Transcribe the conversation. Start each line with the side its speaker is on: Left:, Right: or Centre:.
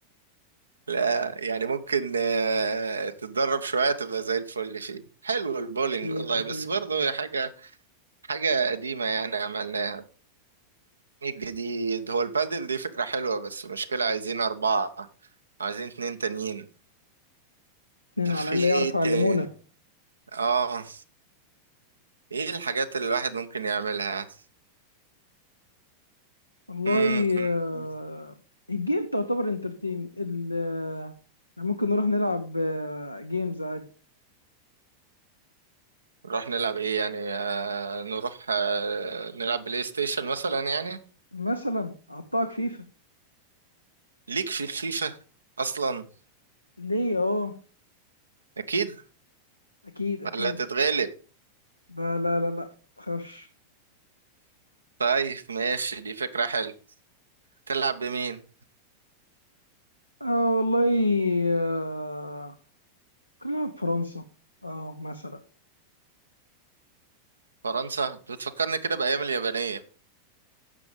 Right: لا يعني ممكن آه، تتدرب شوية تبقى زي الفل فيه حلو البولينج
Left: أكيد
Right: والله
Left: أكيد
Right: بس برضه
Left: أكيد
Right: هي حاجة حاجة قديمة يعني عملناها الجديد هو البادل دي فكرة حلوة بس مشكلة عايزين أربعة عايزين اتنين تانيين
Left: اتنين
Right: طب
Left: على
Right: في
Left: الأقل
Right: ايه
Left: يعرفوا يعلمونا
Right: تاني اه ايه الحاجات اللي الواحد ممكن يعملها
Left: والله
Right: مم، مم،
Left: آه،
Right: مم.
Left: الجيم تعتبر انترتين ال- آه، يعني ممكن نروح نلعب آه، جيمز عادي
Right: نروح نلعب ايه يعني آه نروح آه نلعب بلاي ستيشن مثلا يعني
Left: مثلا أعطاك فيفا
Right: ليك في الفيفا اصلا
Left: ليه اه
Right: اكيد
Left: أكيد أكيد
Right: ولا تتغلب
Left: لا لا لا لا متخافش
Right: طيب ماشي دي فكرة حلوة تلعب بمين
Left: اه والله آه، كنا نلعب فرنسا اه مثلا
Right: فرنسا بتفكرني كده بأيام اليابانية